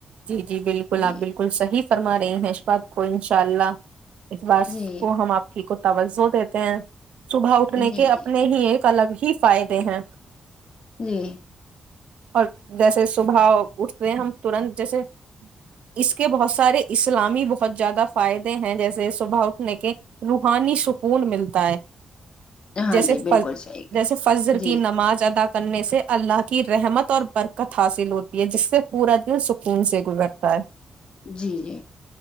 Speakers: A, on the right; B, on the left.
A: جی جی بالکل
B: جی
A: آپ بالکل صحی فرما رہی ہیں اس باک کو انشاء اللہ اس بس
B: جی
A: کو ہم آپ کی ل سو دیتے ہیں <unintelligible> صبح اٹھنے
B: جی
A: کے
B: جی
A: اپنے ہی ایک الگ ہی فائدے ہیں
B: جی
A: اور جیسے صبح اٹھتے ہم ترنت جیسے اس کے بہت سارے اسلامی بہت زیادہ فائدے ہیں جیسے صبح اٹھنے کے روحانی سکون ملتا ہے
B: ہاں
A: جیسے
B: جی بالکل
A: فز
B: صحیح کہ
A: جیسے فضر
B: جی
A: کی نماز ادا کرنے سے اللہ کی رحمت اور برکت حاصل ہوتی ہے جس سے پورا دن سکھ کون سے گزرتا ہے
B: جی جی